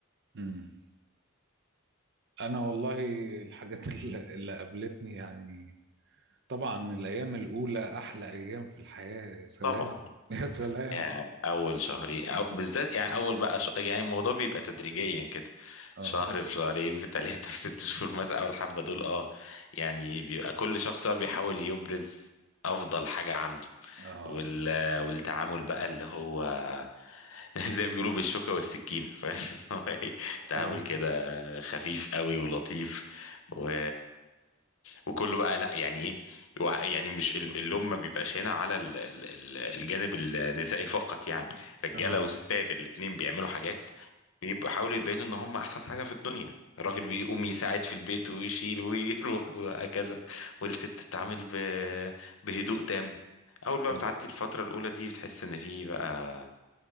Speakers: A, on the right (about 55°); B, on the left (about 75°).
A: امم انا والله الحاجات <laughs> اللي اللي قابلتني يعني طبعا الايام الاولى احلى ايام في الحياة يا سلام
B: طبعا
A: <laughs> يا سلام
B: يعني اول شهرين أو بالذات يعني اول بقى ش... يعني الموضوع بيبقى تدريجيا كده
A: اه
B: شهر في شهرين في ثلاثة في ست شهور مثلا اول حبة دول اه يعني بيبقى كل شخص بقى بيحاول يبرز افضل حاجة عنده
A: اه
B: وال... والتعامل بقى اللي هو <laughs> زي ما بيقولوا بالشوكة والسكينة <laughs> فاهم اللي هو ايه تعامل
A: اي
B: كده خفيف قوي ولطيف و... وكله بقى لا يعني ايه وع- يعني مش ال- اللوم ما بيبقاش هنا على ال- ال- ال- الجانب النسائي فقط يعني رجاله
A: اه
B: وستات الاتنين بيعملوا حاجات بيحاولوا يبينوا ان هم احسن حاجه في الدنيا الراجل بيقوم يساعد في البيت ويشيل ويروح <laughs> وهكذا والست بتتعامل ب... بهدوء تام اول بقى
A: اه
B: بتعدي الفتره الاولى دي بتحس ان في بقى